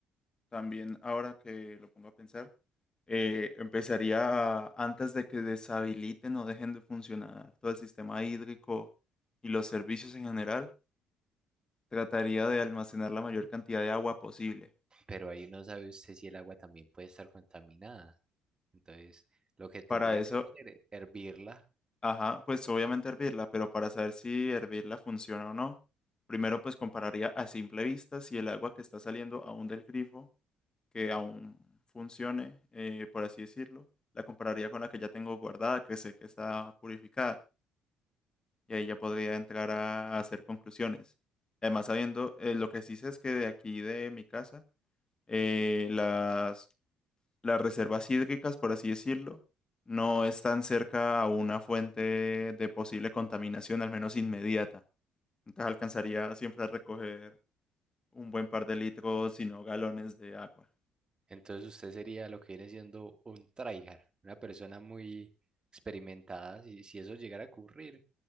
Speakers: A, on the left; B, on the right.
A: también ahora que lo pongo a pensar, eh, empezaría a- antes de que deshabiliten o dejen de funcionar todo el sistema hídrico y los servicios en general, trataría de almacenar la mayor cantidad de agua posible.
B: pero ahí no sabe usted si el agua también puede estar contaminada. Entonces, lo que tendría
A: Para eso
B: que hacer es hervirla.
A: Ajá, pues obviamente hervirla, pero para saber si hervirla funciona o no, primero pues compararía a simple vista si el agua que está saliendo aún del grifo, que aún funcione, eh, por así decirlo, la compararía con la que ya tengo guardada, que sé que está purificada, y ahí ya podría entrar a, a hacer conclusiones. Además, sabiendo, eh, lo que sí sé es que de aquí de mi casa, eh, las reservas hídricas, por así decirlo, no están cerca a una fuente de posible contaminación, al menos inmediata. Entonces alcanzaría siempre a recoger un buen par de litros, si no galones de agua.
B: Entonces, usted sería lo que viene siendo un tryhard, una persona muy experimentada, si, si eso llegara a ocurrir.